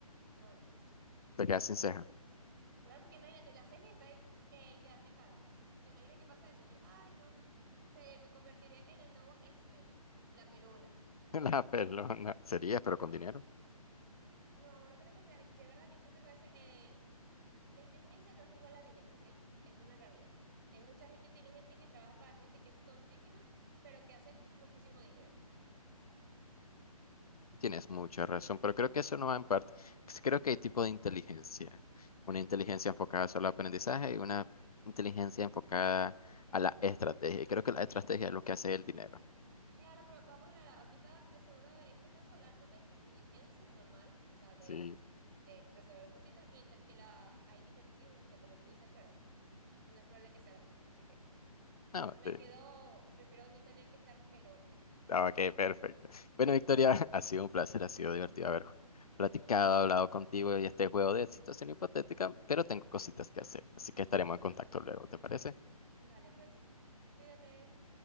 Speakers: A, on the right; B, on the left.
A: No, gracias.
B: Te quedas sin ceja.
A: Claro, porque imagínate, la ceja y después eh, quedarme calva. ¿Te imaginas qué pasa eso? Y yo, ay, no, se me convertiré en el nuevo X-Men, la pelona.
B: <laughs> La pelona. Serías, pero con dinero.
A: No, no creo que sea. De verdad, yo siento que a veces eh, la inteligencia no es igual a dinero, ¿ok? Es una realidad. Hay mucha gente inteligente que trabaja para gente que es tontísima, pero que hace muchísimo dinero.
B: Tienes mucha razón, pero creo que eso no va en parte. Creo que hay tipo de inteligencia. Una inteligencia enfocada solo al aprendizaje y una inteligencia enfocada a la estrategia. Y creo que la estrategia es lo que hace el dinero.
A: Claro, pero vamos a hablar, aquí está de seguro este caso hablando de inteligencia normal, o sea, de,
B: Sí.
A: de resolver cositas, mientras que la, hay diferentes inteligencias, como tú dices, pero no es probable que sea la misma. Así que
B: No,
A: me
B: eh,
A: quedo, prefiero no tener que estar pelona. Gracias.
B: ok, perfecto. Bueno, Victoria, <laughs> ha sido un placer, ha sido divertido haber platicado, hablado contigo y este juego de situación hipotética, pero tengo cositas que hacer, así que estaremos en contacto luego, ¿te parece?
A: Vale, pues, cuídate.